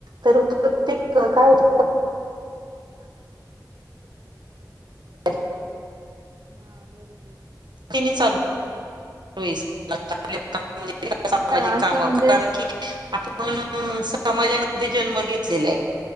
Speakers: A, on the right (about 80°); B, on the right (about 55°).
A: तर प्रत्येक काय होत <unintelligible>
B: ना बरोबर
A: तिन सल णजे
B: नाही मग चांगलं
A: सामाजिक
B: आहे असं
A: काम
B: म्हणजे
A: कारण की आपण समाजामध्ये जन्म घेतलेला आहे